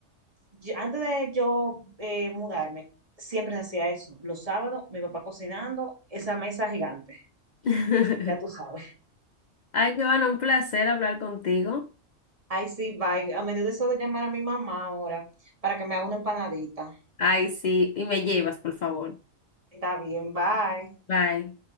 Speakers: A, on the right; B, on the left.
A: yo- antes de yo eh, mudarme, siempre se hacía eso, los sábados, mi papá cocinando, esa mesa gigante,
B: <laughs>
A: ya tú sabes.
B: Ay, Joana, un placer hablar contigo.
A: <laughs> Ay, sí, bye, a medio de eso de llamar a mi mamá ahora, para que me haga una empanadita.
B: Ay, sí, y me llevas, por favor.
A: Está bien, bye.
B: Bye.